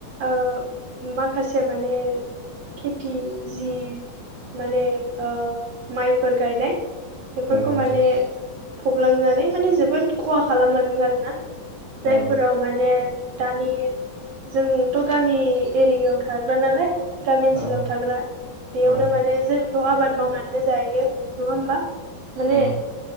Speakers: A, on the right; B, on the left.
A: ओ माखासे माने खेथि जि माने ओ माइफोर गायनाय बेफोरखौ
B: ओ
A: माने फबलांनानै माने जोबोद खहा खालामलांदों आरोना।
B: औ
A: जायफोराव माने दानि जोंथ' गामि एरियायाव थाग्रा नालाय गामि ओनसोलाव
B: औ
A: थाग्रा। बेयावनो
B: औ
A: माने जों थ' आबाद मावनानैनो जायो नङा होमबा। माने
B: औ